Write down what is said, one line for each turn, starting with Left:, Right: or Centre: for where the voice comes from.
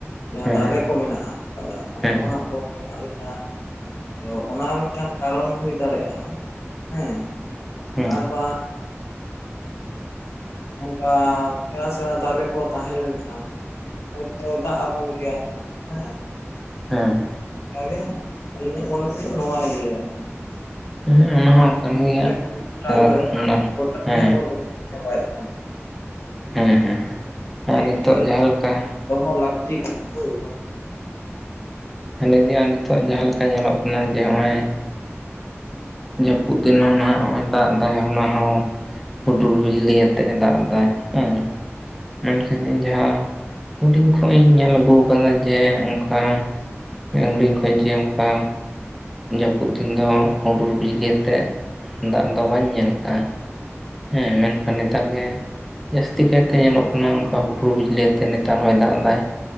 Left: ᱡᱟᱦᱟᱸ
Centre: ᱦᱮᱸ
Left: ᱫᱟᱨᱮ ᱠᱚ ᱢᱮᱱᱟᱜ ᱟᱠᱟᱫᱟ ᱚᱱᱟ
Centre: ᱦᱮᱸ
Left: ᱠᱚ ᱦᱟᱸᱜ ᱵᱚᱱ <unintelligible> ᱟᱫᱚ ᱚᱱᱟ ᱢᱤᱫᱴᱟᱝ ᱠᱟᱨᱚᱱ ᱦᱩᱭ ᱫᱟᱲᱮᱭᱟᱜᱼᱟ ᱦᱮᱸ
Centre: ᱦᱮᱸ
Left: ᱟᱨ ᱵᱟᱝ ᱚᱱᱠᱟ ᱥᱮᱬᱟ ᱥᱮᱬᱟ ᱫᱟᱨᱮ ᱠᱚ ᱛᱟᱦᱮᱸ ᱞᱮᱱᱠᱷᱟᱱ ᱦᱚᱭᱛᱚ ᱫᱟᱜ ᱟᱵᱚᱱ ᱠᱮᱭᱟ ᱦᱮᱸ
Centre: ᱦᱮᱸ
Left: ᱚᱱᱟᱜᱮ ᱟᱹᱞᱤᱧᱟᱜ ᱢᱚᱱᱮ ᱛᱮᱫᱚ ᱱᱚᱣᱟᱭ ᱞᱟᱹᱭᱟ
Centre: ᱦᱮᱸ ᱚᱱᱟ ᱦᱚᱸ ᱠᱟᱱ ᱜᱮᱭᱟ
Left: ᱜᱮ ᱜᱚᱴᱟᱜᱮ
Centre: ᱦᱮᱸ ᱦᱮᱸ
Left: ᱦᱟᱸᱜ ᱵᱚᱱ ᱪᱟᱵᱟᱭᱮᱫ ᱠᱟᱱᱟ <unintelligible>
Centre: ᱦᱮᱸ ᱦᱮᱸ ᱟᱨ
Left: ᱜᱮ
Centre: ᱱᱤᱛᱚᱜ
Left: ᱮᱠᱟᱞ
Centre: ᱡᱟᱦᱟᱸ ᱞᱮᱠᱟ
Left: ᱫᱚᱦᱚ ᱞᱟ. ᱜᱛᱤ ᱠᱟᱱᱟ ᱦᱚᱭ
Centre: ᱦᱮ ᱱᱤᱫᱮᱼᱟ ᱱᱤᱛᱚᱜ ᱡᱟᱦᱟᱸ ᱞᱮᱠᱟ ᱧᱮᱞᱚᱜ ᱠᱟᱱᱟ ᱡᱮ ᱱᱚᱜᱼᱚᱭ ᱡᱟᱹᱯᱩᱫ ᱫᱤᱱ ᱦᱚᱸ ᱱᱟᱦᱟᱜ ᱱᱚᱜᱼᱚᱭ ᱫᱟᱜ ᱫᱟᱭ ᱚᱱᱟ ᱦᱚᱸ ᱦᱩᱰᱩᱨ ᱵᱤᱡᱽᱞᱤ ᱟᱛᱮᱜ ᱮ ᱫᱟᱜ ᱮᱫᱟ ᱦᱮᱸ ᱢᱮᱱᱠᱷᱟᱱ ᱤᱧ ᱡᱟᱦᱟᱸ ᱦᱩᱰᱤᱧ ᱠᱷᱚᱱ ᱤᱧ ᱧᱮᱞ ᱟᱹᱜᱩ ᱟᱠᱟᱫᱟ ᱡᱮ ᱚᱱᱠᱟ ᱤᱝᱨᱤᱢ ᱠᱷᱚᱱᱚᱡᱧ ᱡᱚᱢᱠᱟᱼᱟ <unintelligible> ᱡᱟᱹᱯᱩᱫ ᱫᱤᱱ ᱫᱚ ᱦᱩᱰᱩᱨ ᱵᱤᱡᱽᱞᱤ ᱟᱛᱮᱮᱫ ᱫᱟᱜ ᱫᱚ ᱵᱟᱹᱧ ᱧᱮᱞ ᱟᱠᱟᱟᱜᱼᱟ᱾ ᱦᱮᱸ ᱢᱮᱱᱠᱷᱟᱱ ᱱᱮᱛᱟᱨ ᱜᱮ ᱡᱟᱹᱥᱛᱤ ᱠᱟᱭᱛᱮ ᱧᱮᱞᱚᱜ ᱠᱟᱱᱟ ᱚᱱᱠᱟ ᱦᱩᱰᱨ ᱵᱤᱡᱽᱞᱤᱛᱮ ᱱᱮᱛᱟᱨ ᱦᱚᱭ ᱫᱟᱜ ᱮᱫᱟᱭ